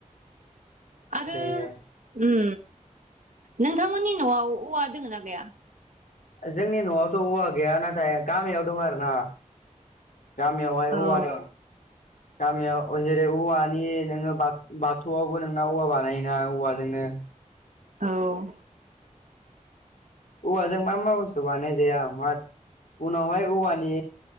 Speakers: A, on the right; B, on the left.
A: आरो
B: इयो
A: उम नोंथांमोननि न'आव औवा दोङो ना गैया
B: जोंनि न'आवथ' औवा गैया नाथाय गामियाव दं आरो ना गामियावहाय
A: औ
B: औवा दं गामियाव जेरै औवानि नोङो बा -बाथौआवबो नोंना औवा बानायोना औवाजों नो
A: औ
B: औवाजों मा -मा बुस्थु बानाय जाया मा उनावहाय औवानि